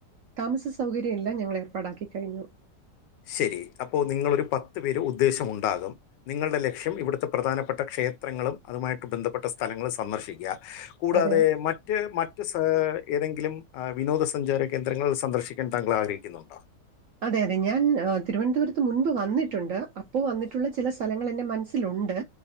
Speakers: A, on the right; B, on the left.
A: താമസസൗകര്യംഎല്ലാം ഞങ്ങളേർപ്പാടാക്കിക്കഴിഞ്ഞു.
B: ശെരി, അപ്പോ നിങ്ങളൊരു പത്ത് പേര് ഉദ്ദേശം ഉണ്ടാകും നിങ്ങളുടെ ലക്ഷ്യം ഇവിടുത്തെ പ്രധാനപ്പെട്ട ക്ഷേത്രങ്ങളും അതുമായിട്ട് ബന്ധപ്പെട്ട സ്ഥലങ്ങളും സന്ദർശിക്ക്യാ. കൂടാതെ
A: അതെ
B: മറ്റ് മറ്റ് സ് ഏതെങ്കിലും വിനോദ സഞ്ചാര കേന്ദ്രങ്ങൾ സന്ദർശിക്കാൻ താങ്കൾ ആഗ്രഹിക്കുന്നുണ്ടോ?
A: അതെ അതെ ഞാൻ തിരുവനന്തപുരത്ത് മുൻപ് വന്നിട്ടുണ്ട് അപ്പോ വന്നിട്ടുള്ള ചില സ്ഥല ങ്ങളെൻ്റെ മനസ്സിലുണ്ട്.